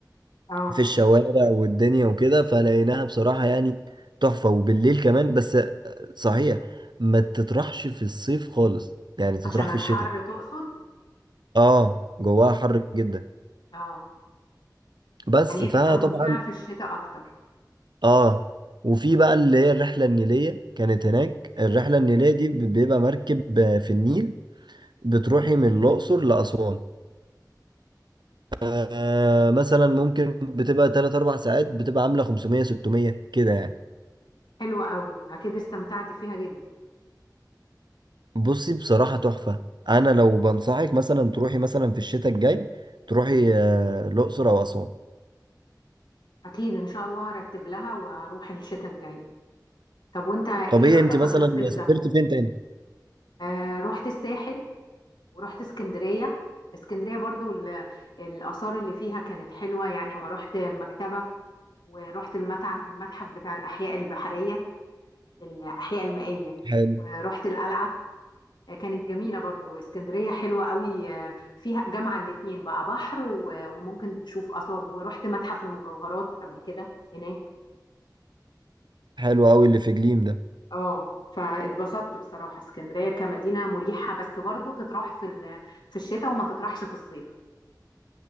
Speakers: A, on the left; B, on the right.
A: اه
B: في الشوارع والدنيا وكده فلقيناها بصراحة يعني تحفة وبالليل كمان بس صحيح ما تطرحش في الصيف خالص يعني تطرح
A: عشان الحر
B: في الشتاء
A: تقصد
B: اه جواها حر جدا
A: اه
B: بس
A: يعني هي
B: فطبعا
A: تبقى ممتعه في الشتاء اكتر
B: اه وفي بقى اللي هي الرحلة النيلية كانت هناك الرحلة النيلية دي بيبقى مركب في النيل بتروحي من الأقصر لأسوان آه مثلا ممكن بتبقى 3 4 ساعات بتبقى عاملة 500 600 كده يعني
A: حلوه قوي اكيد استمتعت فيها جدا
B: بصي بصراحة تحفة أنا لو بنصحك مثلا تروحي مثلا في الشتاء الجاي تروحي آه، الأقصر أو أسوان
A: أكيد إن شاء الله هرتب لها وهروح الشتاء الجاي طب وأنت إيه
B: طب إيه
A: خططك
B: أنت مثلا
A: الصيف ده؟
B: سافرت فين تاني؟
A: آه رحت الساحل ورحت اسكندرية اسكندرية برضو ال- الآثار اللي فيها كانت حلوة يعني ما رحت مكتبة ورحت المتحف المتحف بتاع الأحياء البحرية الأحياء المائية
B: حلو
A: ورحت القلعة آه، كانت جميلة برضو اسكندرية حلوة قوي آه، فيها جامعة الاتنين بقى بحر و- وممكن تشوف آثار ورحت متحف المجوهرات قبل كده هناك
B: حلو أوي اللي في جليم ده
A: اه فاتبسطت بصراحة اسكندرية كمدينة مريحة بس برضو تطرح في ال- في الشتاء وما تطرحش في الصيف